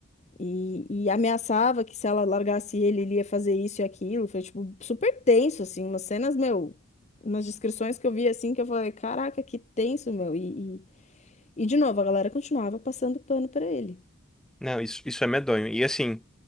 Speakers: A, on the left; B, in the centre.
A: e, e ameaçava que se ela largasse ele, ele ia fazer isso e aquilo. Foi, tipo, super tenso, assim, umas cenas, meu, umas descrições que eu vi, assim, que eu falei, caraca, que tenso, meu. E, e, e de novo, a galera continuava passando pano pra ele.
B: Não, isso, isso é medonho. E assim.